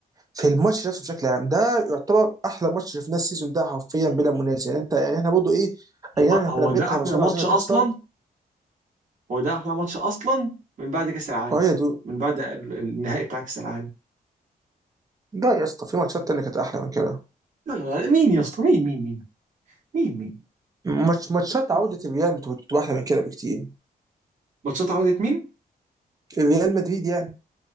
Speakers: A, on the right; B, on the right.
A: في الماتش نفسه بشكل عام ده يعتبر احلى ماتش شفناه السيزون ده حرفيا بلا منازع يعني انت يعني احنا برضه ايه اي نعم
B: هو
A: احنا
B: هو
A: كنا بنكره
B: ده أحلى
A: برشلونه
B: ماتش
A: عشان هتخسر
B: أصلا هو ده احلى ماتش اصلا من بعد كاس العالم
A: اه يا دود
B: من بعد ال- النهائي بتاع كاس العالم
A: لا يا اسطى في ماتشات تانية كانت أحلى من كده
B: لا لا لا، مين يا اسطى مين مين مين مين مين
A: ماتش ماتشات
B: مين؟
A: عودة الريال بتبقى بتبقى أحلى من كده بكتير
B: ماتشات عودة مين؟
A: ريال مدريد يعني